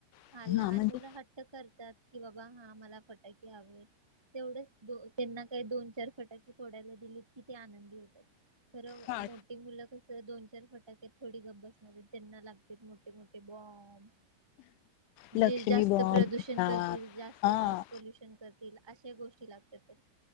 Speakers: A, on the left; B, on the right.
A: आप-
B: हा लहान
A: म्हणजे
B: मुलं हट्ट करतात. कि बाबा हा मला फटाके हवे तेवढंच त्यांना काही दोन चार फटाके फोडायला दिलीत कि ते आनंदी होतात. खर
A: हा
B: मोठी मुल कस दोन चार फटाक्यात थोडी गप बसणारेत त्यांना लाग मोठे मोठे बॉम्ब
A: लक्ष्मी
B: जे जास्त
A: बॉम्ब
B: प्रदूषण
A: म्हणतात
B: करतील, जास्त
A: हा
B: नॉईज पोल्युशन करतील. अशा गोष्टी लागतात.